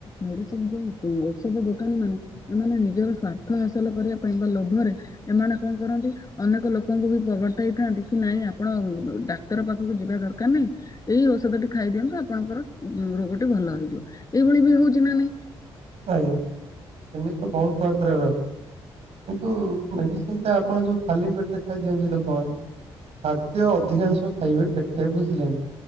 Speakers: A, on the left; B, on the right.
A: ମେଡିସିନ ଯୋଉ ଔଷଧ ଦୋକାନୀମାନେ ଏମାନେ ନିଜର ସ୍ଵାର୍ଥ ହାସଲ କରିବା ପାଇଁ ବା ଲୋଭରେ ଏମାନେ କଣ କରନ୍ତି? ଅନେକ ଲୋକଙ୍କୁ ବି ପ୍ରବର୍ତ୍ତାଇଥାନ୍ତି କି ନାଇଁ ଆପଣ ଡାକ୍ତର ପାଖକୁ ଯିବା ଦରକାର ନାଇଁ ଏଇ ଔଷଧ ଟି ଖାଇଦିଅନ୍ତୁ ଆପଣଙ୍କର ଉଁ ରୋଗଟି ଭଲ ହେଇଯିବ, ଏଇଭଳି ବି ହଉଛି ନା ନାଇଁ?
B: ଆଜ୍ଞା ସେମିତି ତ ବହୁତ ମାତ୍ରାରେ ହଉ କିନ୍ତୁ ମେଡିସିନ ଟା ଆପଣ ଯୋଉ ଖାଲି ପେଟରେ ଖାଇ ଦିଅନ୍ତି ଲୋକମାନେ ଖାଦ୍ୟ ଅଧିକାଂଶ ଖାଇବେ ପେଟେ ବୁଝିଲେ ନା?